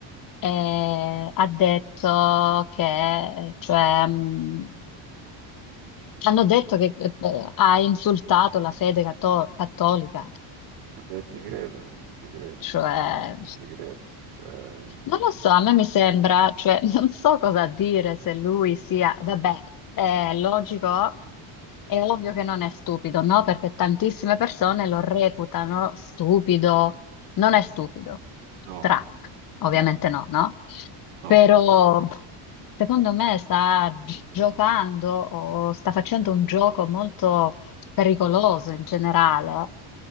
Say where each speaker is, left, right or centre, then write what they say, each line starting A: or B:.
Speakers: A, on the left; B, on the right.
A: eh, ha detto che, cioè, mh, hanno detto che eh, ha insultato la fede catto- cattolica.
B: Beh, ti credo, ti credo,
A: Cioè,
B: eh, ti credo, cioè,
A: non lo so, a me mi sembra, cioè, <laughs> non so cosa dire se lui sia, vabbè, è logico, è ovvio che non è stupido, no? Perché tantissime persone lo reputano stupido, non è stupido.
B: no,
A: Trump, ovviamente
B: no,
A: no, no?
B: no.
A: Però pff, secondo me sta gi- giocando o sta facendo un gioco molto pericoloso in generale.